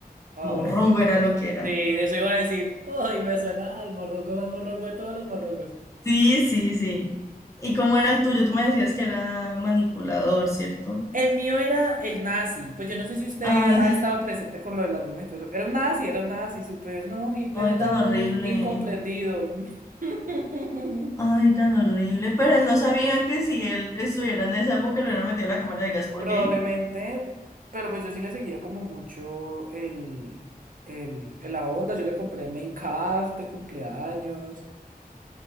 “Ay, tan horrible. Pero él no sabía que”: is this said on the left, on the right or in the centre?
Left